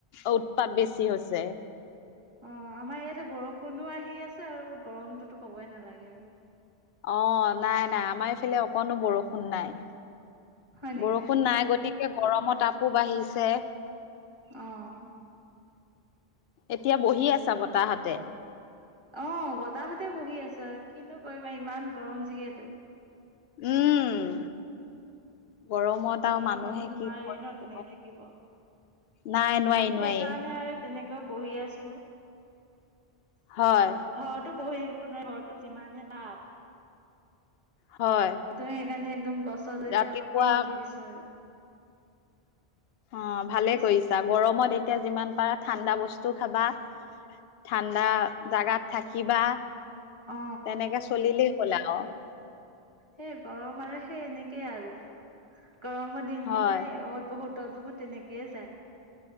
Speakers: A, on the left; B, on the right.
A: উৎপাত বেছি হৈছে।
B: অ' আমাৰ ইয়াতে বৰষুণো আহি আছে আৰু গৰমটোতো ক'বই নালাগে আৰু।
A: অ' নাই নাই আমাৰ ইফালে অকনো বৰষুণ নাই।
B: হয় নেকি
A: বৰষুণ নাই, গতিকে গৰমৰ তাপো বাঢ়িছে।
B: অহ।
A: এতিয়া বহি আছা বতাহতে।
B: অ' বতাহতে বহি আছো আৰু কিনো কৰিম আৰু ইমান গৰম যিহেতু।
A: উম গৰমত আৰু
B: গৰমতো
A: মানুহে
B: নোৱাৰি
A: কি কৰিব
B: ন' তেনেকে থাকিব।
A: নাই নোৱাৰি। নোৱাৰি
B: সেইকাৰণে আৰু তেনেকৈ বহি আছো। ঘৰতো
A: হয়
B: বহি থাকিব নোৱাৰে, ঘৰতো যিমানহে তাপ।
A: হয়।
B: তুমি সেইকাৰণে একদম গছৰ তলিতে
A: ৰাতিপুৱা
B: অলপমান বহি দিছোঁ আৰু।
A: অ' ভালে
B: পিছ
A: কৰিছা গৰমত এতিয়া যিমান পাৰা ঠাণ্ডা বস্তু খাবা। ঠাণ্ডা জাগাত থাকিবা,
B: অ
A: তেনেকে চলিলেই হ'ল আৰু।
B: সেই গৰম আৰু সেই এনেকেই আৰু। গৰমৰ দিনকেইটা
A: হয়
B: অত বঢ়ো টত বড়ো, তেনেকেই যায়।